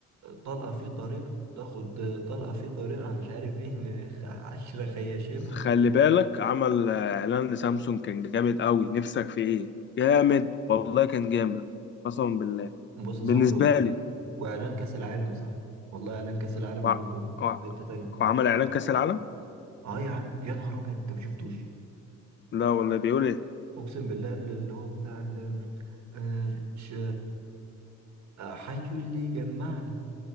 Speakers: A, on the right; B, on the left.
A: طلقة في طريقة تاخد طلقة في طريقة مش عارف ايه إن خ- عشرة خياشيمها
B: بس خلي بالك عمل آه، اعلان لسامسونج كان جامد قوي نفسك في ايه جامد والله كان جامد قسما بالله
A: بص يا
B: بالنسبه
A: صاحبي والله-
B: لي
A: وإعلان كأس العالم يا صاحبي والله إعلان كأس العالم
B: وع...
A: برضه
B: وع...
A: في حتة تانية
B: وعمل اعلان كاس العالم
A: اه يا عم يا نهار ابيض انت ما شفتوش
B: لا والله بيقول ايه
A: اقسم بالله اللي هو بتاع ال آه، ش... آه، حي اللي جمعنا